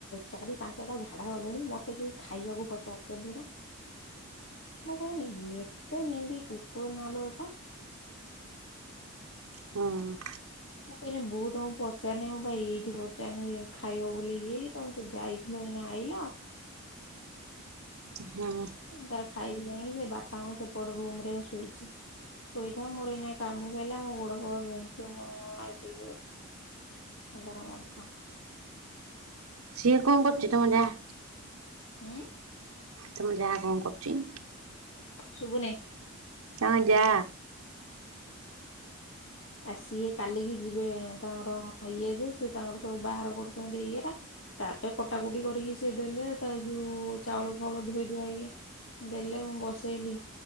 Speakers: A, on the left (about 60°); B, on the right (about 75°).
A: ଚାରି ପାଞ୍ଚଟା ଝାଡା ଗଲେଣି ମତେ କେହି ଖାଇବାକୁ ପଚାରୁଛନ୍ତି ନା ମୁ କହିନି ଇଏତେ ନିନ୍ଦି କପ ନା ଲି ଏଟା
B: ହୁଁ
A: ମୁଁ କହିଲି ବହୁତ ତମକୁ ପଚାରନି ମୁଁ ଭାଇ ଏଇଠି ପଚାରନି ଖାଇବ ବୋଲି ଇ ହେଇକି ତମେ ଯାଇ ଲ ଏଇନା ଆଇଲ
B: ହଁ
A: ତାର ଖାଇକି ଯାଇକି ସେ ବାପାଙ୍କ ସେପଟ ରୁମ ରେ ଶୋଇଛି ଶୋଇଥା ମୋର ଏଇନା କାମ ସରିଲା ମୋ ଗୋଡ ବୋଡ ବି ମୁ ଆସି ସେ ତାର ମାରୁଥ
B: ସିଏ କଣ କରୁଛି ତମ ଯାହା
A: ଉଁ।
B: ତମ ଯାଆ କଣ କରୁଛି?
A: ସୁଭୁନେ।
B: ତମ ଜା।
A: ଆସଇଏ କାଲିକି ଯିବେ ତାଙ୍କର ଇଏ ଯେ ସି ତାଙ୍କର ସବୁ ବାହାର କରୁଛନ୍ତି ଇଏ ଟା। ତାପରେ କଟା କଟି କରିକି ସିଏ ଦେଲେ ତା ଯୋଉ ଚାଉଳ ଫଉଳ ଧୋଇ ଧାଇକି। ଦେଲେ ମୁଁ ବସେଇଲି।